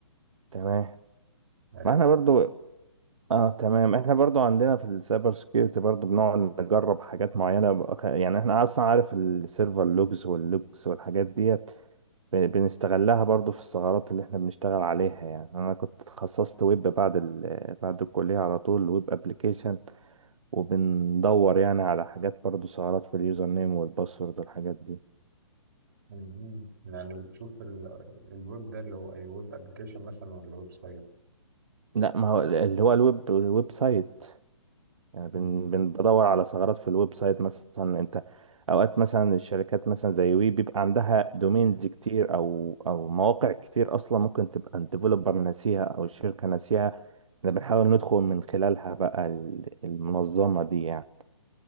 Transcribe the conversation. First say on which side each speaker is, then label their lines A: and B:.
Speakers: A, on the right; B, on the right.
A: تمام
B: عرفت
A: ما احنا برضو اه تمام احنا برضو عندنا في السايبر سكيورتي برضو بنقعد نجرب حاجات معينة بقى- يعني احنا اصلا عارف السيرفر لوجز واللوجز والحاجات ديت ب- بنستغلها برضو في الثغرات اللي احنا بنشتغل عليها يعني انا كنت اتخصصت ويب بعد ال... بعد الكلية على طول ويب ابليكيشن وبندور يعني على حاجات برضو ثغرات في اليوزر نيم والباسورد والحاجات دي
B: مهم. يعني بتشوف ال- الويب ده اللي هو اي ويب ابلكيشن مثلا ولا ويب سايت
A: لا ما هو اللي هو الويب الويب سايت يعني بن
B: مم.
A: بن- بدور على ثغرات في الويب سايت مثلا انت اوقات مثلا الشركات مثلا زي وي بيبقى عندها دومينز كتير او او مواقع كتير اصلا ممكن تبقى الديفلوبر ناسيها او الشركه ناسيها احنا بنحاول ندخل من خلالها بقى ال- المنظمه دي يعني